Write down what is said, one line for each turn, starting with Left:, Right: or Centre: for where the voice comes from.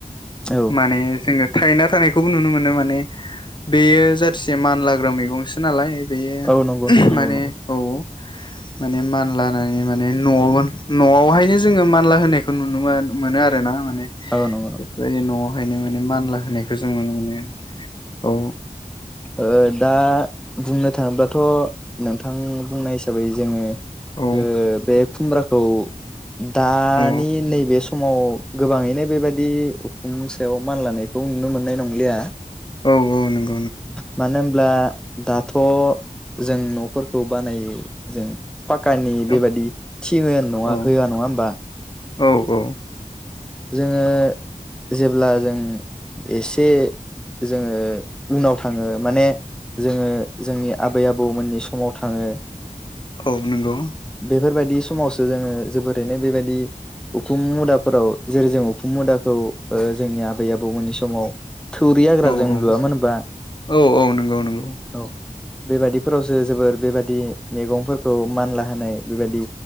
Centre: औ
Left: माने जोङो थायना थानायखौबो नुनो मोनो माने बेयो जाथोसे मानलाग्रा मैगंसो नालाय बेयो
Centre: औ नंगौ नंगौ
Left: माने
Centre: नंगौ
Left: औ
Centre: <inaudible>
Left: माने मानलानानै माने न'आव न'आवहायनो जोङो मानला होनायखौ नुनो मोन मोनो आरो ना
Centre: औ नंगौ नंगौ
Left: बेफोरबायदि न'हायनो मानला होनायखौ जों नुनो मोनो औ
Centre: ओ दा बुंनो थाङोब्लाथ' नोंथां बुंनाय हिसाबै जोङो
Left: औ
Centre: ओ बे खुमब्राखौ दानि
Left: औ
Centre: नैबे स समाव गोबाङैनो बेबायदि उखुमनि सायाव मानलानायखौ नुनो मोननाय नंलिया
Left: औ औ नोंग
Centre: मानो होमब्ला दाथ' जों न'फोरखौ बानायै जों पाक्कानि बेबादि
Left: औ
Centre: थि ङोन नआ नङा
Left: औ
Centre: होआ नङा होमबा
Left: औ औ
Centre: जोङो जेब्ला जों एसे जोङो उनाव थाङो माने जोङो जोंनि आबै आबौमोननि समाव थाङो
Left: औ नंगौ
Centre: बेफोरबायदि समावसो जोङो जोबोरैनो बेबायदि उखुम मुदाफोराव जेरै जों उखुम मुदाखौ ओ जोंनि आबै आबौमोननि समाव थुरि हाग्रा
Left: औ
Centre: जों
Left: औ
Centre: लुवामोन होनबा
Left: औ औ नंगौ नंगौ
Centre: औ बेबादिफोरावसो जोबोर बेबादि मैगंफोरखौ मानला होनाय बेबायदि